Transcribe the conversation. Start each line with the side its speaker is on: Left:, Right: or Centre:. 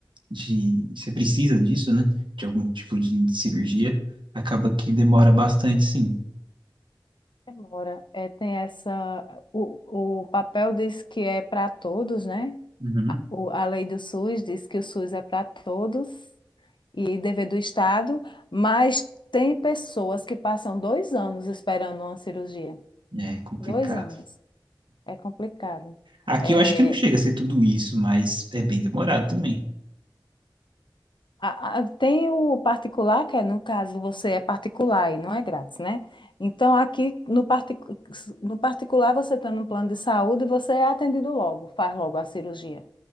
Right: de, você precisa disso, né? De algum tipo de cirurgia, acaba que demora bastante, sim.
Left: Demora. É, tem essa. O, o papel diz que é para todos, né?
Right: Uhum.
Left: A, o- a lei do SUS diz que o SUS é para todos e dever do Estado, mas tem pessoas que passam dois anos esperando uma cirurgia.
Right: É complicado.
Left: Dois anos. É complicado.
Right: Aqui
Left: É,
Right: eu acho que não chega a ser tudo isso, mas é bem demorado também.
Left: a- a- tem o particular, que é, no caso, você é particular e não é grátis, né? Então, aqui no, partic- no particular, você tem um plano de saúde e você é atendido logo, faz logo a cirurgia.